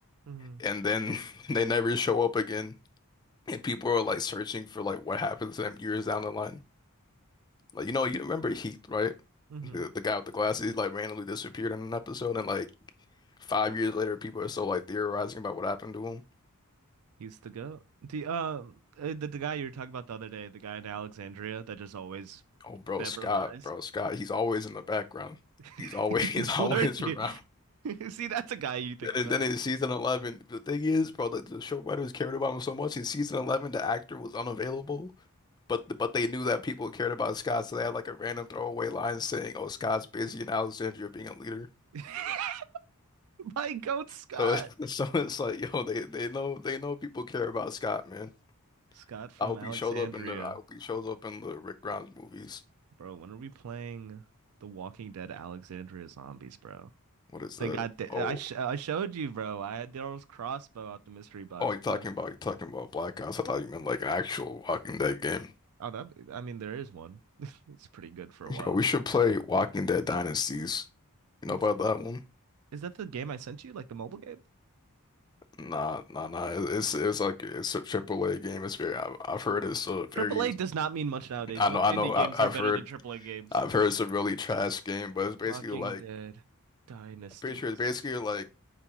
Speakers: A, on the right; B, on the left.
A: hmm
B: and then <laughs> they never show up again. And people are like searching for like what happens to them years down the line. Like you know, you remember Heath, right?
A: hmm
B: The, the guy with the glasses he, like randomly disappeared in an episode, and like five years later, people are still like theorizing about what happened to him.
A: He's the goat. The um, uh, the, the guy you were talking about the other day, the guy in Alexandria that just always
B: Oh, bro,
A: never
B: Scott,
A: dies.
B: bro, Scott, he's always in the background.
A: <laughs>
B: He's always <laughs> he's
A: He's lurking.
B: always around.
A: <laughs> See, that's a guy you think about.
B: And then then in season 11, the thing is, bro, like the show writers cared about him so much. In season 11, the actor was unavailable, but but they knew that people cared about Scott, so they had like a random throwaway line saying, "Oh, Scott's busy in Alexandria being a leader."
A: <laughs> My goat Scott.
B: So <laughs> so it's like, yo, they they know they know people care about Scott, man.
A: Scott from
B: I hope
A: Alexandria.
B: he shows up in the I hope he shows up in the Rick Grimes movies.
A: Bro, when are we playing The Walking Dead Alexandria Zombies, bro?
B: What is
A: They
B: that?
A: got the,
B: Oh,
A: I sh I showed you, bro. I had Daryl's crossbow out the mystery box,
B: oh, you're
A: bro.
B: talking about you're talking about Black Ops. I thought you meant like an actual Walking Dead game,
A: Oh, that I mean, there is one. <laughs> It's pretty good for a while.
B: bro. We should play Walking Dead Dynasties. You
A: What's
B: know about that one?
A: is that the game I sent you? Like the mobile game?
B: Nah, nah, nah. It's it's like it's a triple A game. It's very. I've, I've heard it's a very.
A: Triple A does not mean much nowadays.
B: I
A: Most
B: know. I
A: indie
B: know.
A: games
B: I, I've
A: are better
B: heard.
A: than triple A games.
B: I've heard it's a really trash game, but it's basically
A: Walking
B: like.
A: Dead, Dynasties.
B: I'm pretty sure it's basically like